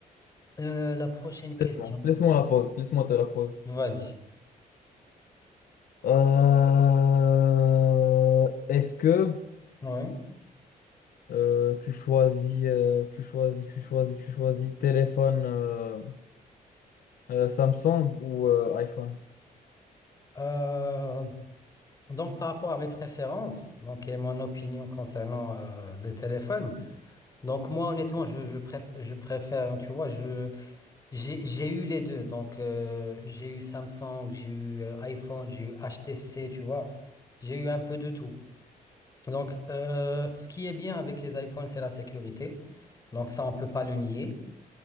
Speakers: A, on the left (about 25°); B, on the left (about 75°).
A: Euh, la prochaine question.
B: Laisse-moi, laisse-moi la pause. Laisse-moi te la pause.
A: Vas-y.
B: Euh, Est-ce que
A: Oui.
B: euh, tu choisis, euh, tu choisis, tu choisis, tu choisis téléphone. euh, Euh, Samsung ou euh, iPhone?
A: Euh, donc, par rapport à mes préférences, donc, et mon opinion concernant euh, les téléphones. Donc, moi, honnêtement, je, je, préf- je préfère, tu vois, je, j'ai, j'ai eu les deux. Donc, euh, j'ai eu Samsung, j'ai eu euh, iPhone, j'ai eu HTC, tu vois. J'ai eu un peu de tout. Donc, euh, ce qui est bien avec les iPhones, c'est la sécurité. Donc, ça, on peut pas le nier.